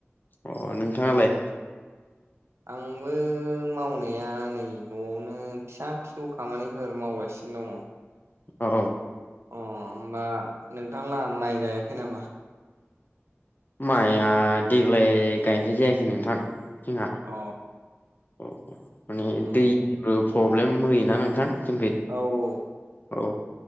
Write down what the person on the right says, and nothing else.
आंबो मावनाया नै न'आवनो फिसा फिसौ खामानिफोर मावगासिनो दङ
अ होमबा नोंथांला माइ गायाखै नामा
अ
औ
औ